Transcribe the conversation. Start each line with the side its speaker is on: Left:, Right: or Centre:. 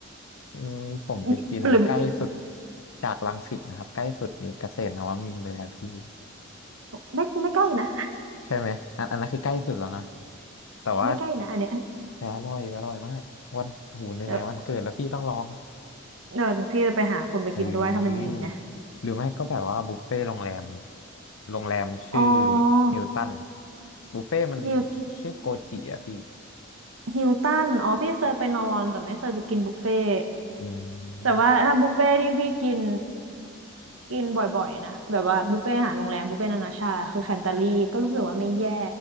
Left: อืมผมไปกินใกล้สุด
Right: มีหรือ
Left: จากรังสิตนะครับใกล้สุดอยู่เกษตรนวมินทร์เลยครับพี่
Right: ไม่ไม่ใกล้นะ
Left: ใช่ไหมอันอันนั้นคือใกล้สุดแล้วนะ
Right: <laughs>
Left: แต่ว่า
Right: ไม่ใกล้นะอันเนี้ย
Left: แต่อร่อยอร่อยมากวันหูไหนๆวันเกิดแล้วพี่ต้องลอง
Right: เดี๋ยวเดี๋ยวเดี๋ยวพี่จะไปหาคนไปกินด้วยถ้ามันมีนะ
Left: เอ้ยหรือไม่ก็แบบว่าบุฟเฟ่ต์โรงแรมโรงแรมชื่อ
Right: อ๋อ
Left: ฮิลตันบุฟเฟ่ต์มัน
Right: นิว
Left: ชื่อโกจิอะพี่
Right: ฮิลตันอ๋อพี่เคยไปนอนแต่ไม่เคยไปกินบุฟเฟ่ต์
Left: อื
Right: แต่ว่าถ้าบุฟเฟ่ต์ที่พี่กิน
Left: ม
Right: กินบ่อยๆนะแบบว่าบุฟเฟ่ต์อาหารโรงแรมบุฟเฟ่ต์นานาชาติคือแคนตาลีก็รู้สึกว่าไม่แย่